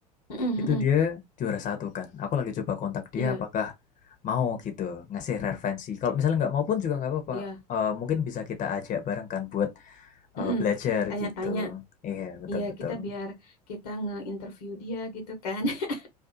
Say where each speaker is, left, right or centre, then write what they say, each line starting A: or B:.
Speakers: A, on the left (about 70°); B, on the left (about 40°).
A: heeh,
B: Itu
A: heeh.
B: dia juara satu kan. Aku lagi coba kontak dia
A: Iya,
B: apakah mau gitu ngasih referensi. Kalau misalnya nggak mau pun juga nggak apa-apa.
A: iya.
B: Eh, mungkin bisa kita ajak bareng kan buat
A: Heeh.
B: eh, belajar
A: Tanya-tanya.
B: gitu. Iya betul
A: Iya,
B: betul.
A: kita biar kita nge-interview dia gitu kan. <laughs>